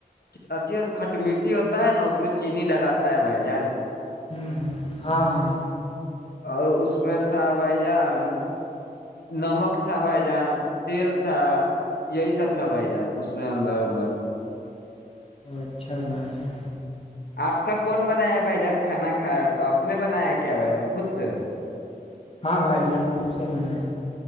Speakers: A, on the left; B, on the left.
A: اھی کھٹ مٹی ہوتا ہے نا اس میں چینی ڈلاتا ہے بھائی جان
B: ہ ہاں ہاں
A: اور اس میں تھا بھائی جان نمک تھا بھائی جان تیل تھا یہی سب تھا بھائی جان اس میں اندر اندر
B: اچھا بھائی جان
A: آپ کا کون بنایا بھائی جان کھانا کھیا تو آپ نے بنایا کیا بھ جان خود سے
B: ہاں بھائی جان خچ سے بنا ہے